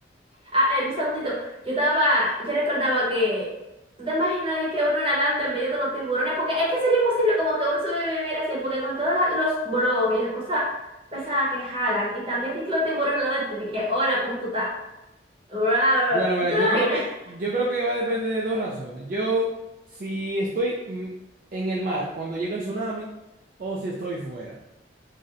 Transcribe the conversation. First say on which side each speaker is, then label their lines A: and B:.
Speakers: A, on the right; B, on the right.
A: Ah, eh, un segundito. Yo estaba, yo recordaba que. ¿Tú te imaginas ahí que uno nadando en medio de los tiburones? Porque es que sería imposible como que uno sobreviviera así, porque con todos la- los bolos y las cosas pesadas que jalan, y también di que los tiburones al lado de ti, di que, hola, ¿cómo tú estás? Rar.
B: Bueno, mira,
A: ¿Tú te
B: yo
A: imaginas?
B: creo que,
A: <laughs>
B: yo creo que va a depender de dos razones. Yo, si estoy mm, en el mar cuando llega el tsunami o si estoy fuera.